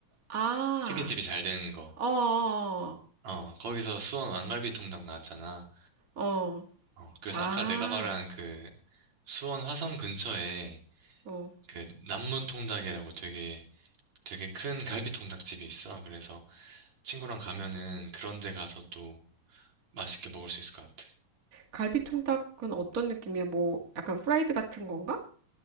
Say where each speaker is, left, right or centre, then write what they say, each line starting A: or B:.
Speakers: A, on the right (about 30°); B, on the right (about 60°).
A: 아,
B: 치킨집이 잘 되는 거.
A: 어,
B: 어, 거기서 수원 왕갈비 통닭 나왔잖아.
A: 어, 어.
B: 어, 그래서
A: 아,
B: 아까 내가 말한 그 수원 화성 근처에
A: 어.
B: 그 남문 통닭이라고 되게 되게 큰 갈비 통닭집이 있어. 그래서 친구랑 가면은 그런 데 가서 또 맛있게 먹을 수 있을 것 같아.
A: 갈비 통닭은 어떤 느낌이야? 뭐 약간 후라이드 같은 건가?